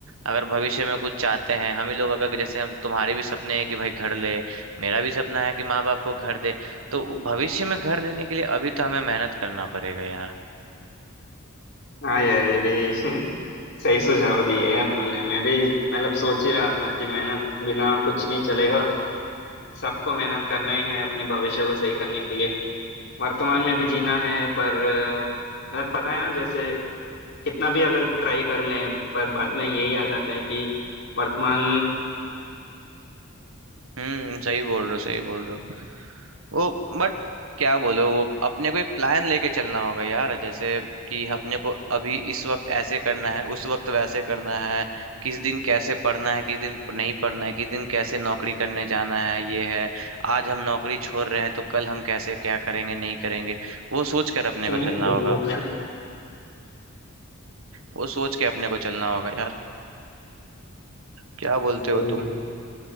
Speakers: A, on the right (about 75°); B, on the left (about 60°).
A: अगर भविष्य में कुछ चाहते हैं हम ही लोग अगर जैसे हम तुम्हारे भी सपने हैं कि भाई घर ले मेरा भी सपना है कि माँ बाप को घर दे तो भविष्य में घर देने के लिए अभी तो हमें मेहनत करना पड़ेगा यार
B: हाँ यार ये भी <laughs> सही सुझाव दिए यार तुमने मैं भी मतलब सोच ही रहा था कि मेहनत बिना कुछ नहीं चलेगा सबको मेहनत करना ही है अपने भविष्य को सही करने के लिए वर्तमान में भी जीना है पर अ, मतलब पता है ना जैसे कितना भी अगर ट्राई कर लें पर बाद में यही आ जाता है कि वर्तमान
A: हम्म सही बोल रहे हो सही बोल रहे हो वो बट क्या बोलो वो अपने को एक प्लान लेके चलना होगा यार जैसे कि अपने को अभी इस वक्त ऐसे करना है उस वक्त वैसे करना है किस दिन कैसे पढ़ना है किस दिन नहीं पढ़ना है किस दिन कैसे नौकरी करने जाना है ये है आज हम नौकरी छोड़ रहे हैं तो कल हम कैसे क्या करेंगे नहीं करेंगे वो सोच कर अपने
B: सोच
A: को
B: रहा हूँ
A: चलना
B: कोई
A: होगा
B: कोर्स
A: वो सोच के अपने को चलना होगा यार क्या बोलते
B: सही
A: हो तुम
B: है